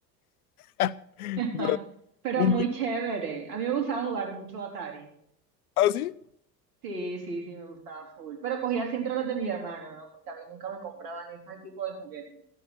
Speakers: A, on the left; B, on the right.
A: <laughs>
B: <laughs>
A: durante
B: Pero
A: un
B: muy
A: buen.
B: chévere. A mí me gustaba jugar mucho Atari.
A: ¿Ah, sí?
B: Sí, sí, sí, me gustaba full. Pero cogía siempre los de mis hermanos, ¿no? Porque a mí nunca me compraban ese tipo de juguetes.